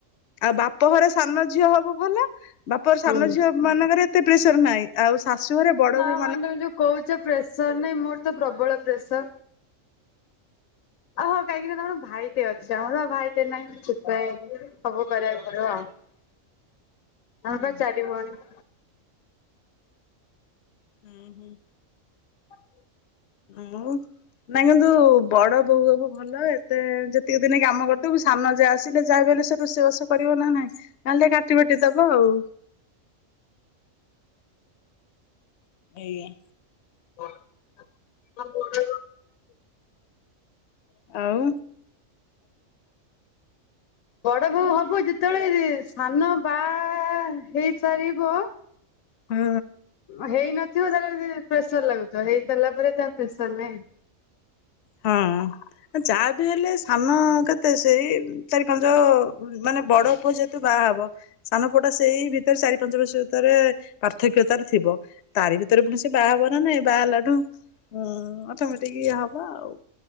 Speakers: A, on the left; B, on the left.
A: ଆଉ ବାପ ଘରେ ସାନ ଝିଅ ହବୁ ଭଲ। ବାପଘର
B: ହୁଁ
A: ସାନ ଝିଅ ମାନଙ୍କରେ ଏତେ ପ୍ରେସର ନାଇଁ ଆଉ ଶାଶୁ ଘରେ ବଡ ବୋହୁ
B: ହ ତମେ ଯୋଉ କହୁଛ ପ୍ରେସର ନାଇଁ ମୋର ତ ପ୍ରବଳ ପ୍ରେସର। ଓହୋ କାହିଁକି ନା ତମର ଭାଇଟେ ଅଛି ଆମର ପା ଭାଇଟେ ନାହିଁ <inaudible> ସେଥିପାଇଁ। ସବୁ କରିବାକୁ ପଡିବ ଆଉ
A: ହଁ
B: ଆମେପା ଚାରି ଭଉଣୀ।
A: ଉଁ ହୁଁ।
B: ଁ
A: ମୁ। ନାଇଁ କିନ୍ତୁ ବଡ ବୋହୁ ହବୁ ଭଲ ଏତେ ଯେତିକି ଦିନି କାମ କରିଥିବୁ ସାନନା ଯାଆ ଆସିଲେ ଯାହାବି ହେଲେ ସେ ରୋଷେଇ ବାସ କରିବ ନା ନାଇଁ ନହେଲେ କାଟି ବାଟି ଦବ ଆଉ। ଏଇଆ।
B: <inaudible>
A: ଆଉ।
B: ବଡ ବୋହୁ ହବୁ ଯେତେବେଳେ ସାନ ବା ଆ ହେଇସାରିବ
A: ହୁଁ।
B: ହେଇନଥିବ ତାହେଲେ ପ୍ରେସର ଲାଗୁଥିବ ହେଇସାରିଲା ପରେ ତା ପ୍ରେସର ନାହିଁ।
A: ହଁ
B: <inaudible>
A: ଯାହା ବି ହେଲେ ସାନ କେତେ ସେଇ ଚାରି ପାଞ୍ଚ ମାନେ ବଡ ପୁଅ ତ ବାହା ହବ ସାନ ପୁଅଟା ସେଇ ଭିତରେ ଚାରି ପାଞ୍ଚ ବର୍ଷ ଭିତରେ ପାର୍ଥକ୍ୟତାରେ ଥିବ। ତାରି ଭିତରେ ପୁଣି ସେ ବାହା ହବ ନା ନାଇଁ ବାହା ହେଲାଠୁ ଉଁ ଅଟମେଟିକ୍ ହ ବ ଆଉ।